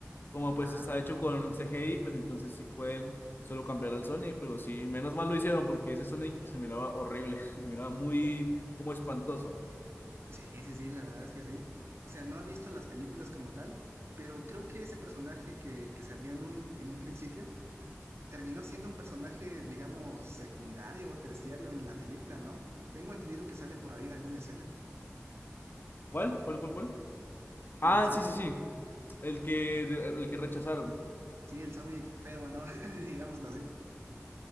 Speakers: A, on the left; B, on the right.
A: como pues
B: Ah,
A: está hecho con CGI, pues entonces sí pueden solo cambiar al Sonic, pero sí, menos mal lo hicieron porque ese Sonic se miraba horrible, <laughs> se miraba muy como espantoso.
B: sí, sí, sí, la verdad es que sí. O sea, no he visto las películas como tal, pero creo que ese personaje que, que salió en un, en un principio terminó siendo un personaje, digamos, secundario o terciario en la película, ¿no? Tengo entendido que sale por ahí en alguna escena.
A: ¿Cuál? ¿Cuál, cuál, cuál?
B: El
A: Ah,
B: Sonic,
A: sí, sí, sí, el que, el que rechazaron.
B: sí, el Sonic feo, ¿no? <laughs> Digámoslo así.